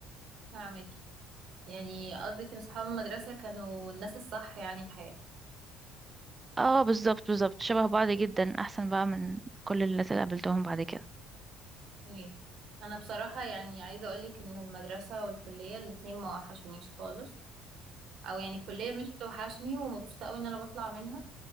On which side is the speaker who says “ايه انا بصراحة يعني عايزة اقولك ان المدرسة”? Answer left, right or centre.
Right